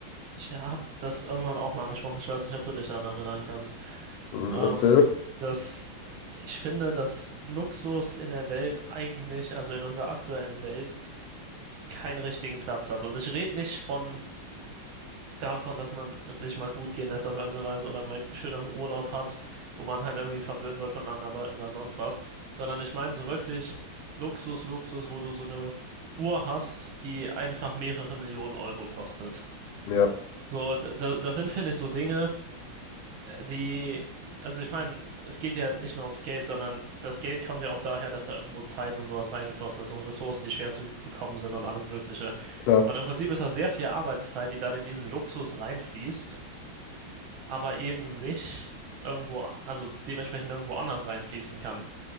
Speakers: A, on the right; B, on the left.
A: ich habe das irgendwann auch mal angesprochen, ich weiß nicht, ob du dich daran erinnern kannst,
B: Mhm,
A: ähm,
B: erzähl.
A: dass ich finde, dass Luxus in der Welt eigentlich, also in unserer aktuellen Welt, keinen richtigen Platz hat. Und ich rede nicht von davon, dass man es sich mal gut gehen lässt auf irgendeine Weise oder mal schön nach einem Urlaub hat, wo man halt irgendwie verwöhnt wird von anderen Leuten oder sonst was, sondern ich meine so wirklich Luxus, Luxus, wo du so eine Uhr hast, die einfach mehrere Millionen Euro kostet.
B: Ja,
A: So, da- das sind, finde ich, so Dinge, die, also ich meine, es geht ja nicht nur ums Geld, sondern das Geld kommt ja auch daher, dass da irgendwo Zeit und sowas reingeflossen ist und Ressourcen, die schwer zu bekommen sind und alles Mögliche.
B: klar.
A: Und im Prinzip ist das sehr viel Arbeitszeit, die dann in diesen Luxus reinfließt, aber eben nicht irgendwo, also dementsprechend irgendwo anders reinfließen kann.